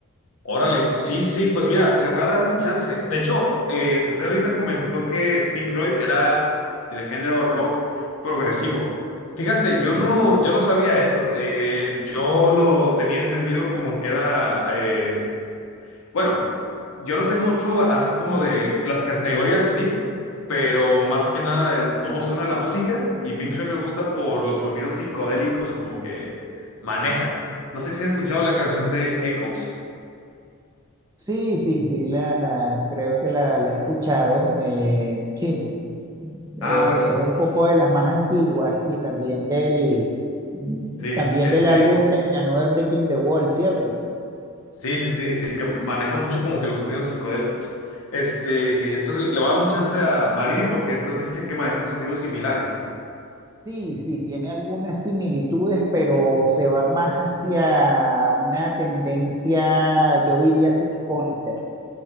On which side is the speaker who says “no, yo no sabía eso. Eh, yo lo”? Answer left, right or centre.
Left